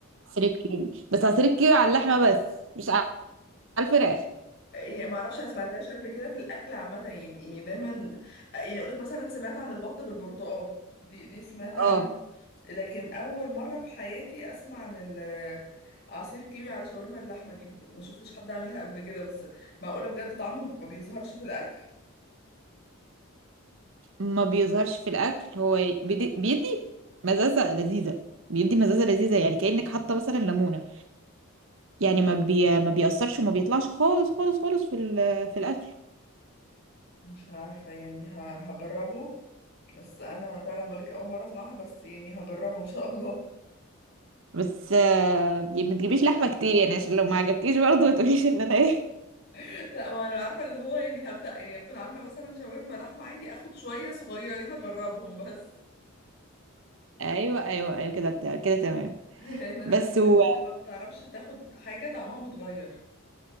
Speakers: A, on the right; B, on the left.
A: عصير الكيوي بس عصير الكيوي على اللحمه بس مش على الفراخ
B: يعني ما اعرفش انا سمعتهاش قبل كده في الاكل عامه يعني يعني دايما آه يعني اقول لك مثلا سمعت عن البط بالبرتقال دي دي سمعت
A: اه
B: عنها لكن اول مره في حياتي اسمع عن ال- عصير كيوي على شاورما اللحمه دي ما شفتش حد عاملها قبل كده بس معقوله بجد طعمه ما بيظهرش في الاكل
A: ما بيظهرش في الاكل هو بيدي, بيدي مزازه لذيذه بيدي مزازه لذيذه يعني كانك حاطه مثلا ليمونه يعني ما بي... ما بيأثرش وما بيطلعش خالص خالص خالص في ال... في الاكل
B: مش عارفه يعني ه- هجربه بس انا فعلا بقولك اول مره اسمعها بس يعني هجربه ان شاء الله
A: بس آه، ما تجيبيش لحمه كتير يعني عشان لو ما عجبكيش برضه ما تقوليش ان انا ايه
B: <laughs> لا ما انا عارفه اللي هو يعني هبدا يعني اكون عامله مثلا شاورما لحمه عادي اخد شويه صغيرين اجربهم بس
A: ايوه ايوه ايوه كده بتاع- كده تمام
B: <laughs> لان انا
A: بس
B: من الناس
A: و...
B: اللي ما بتعرفش تاخد حاجه طعمها متغير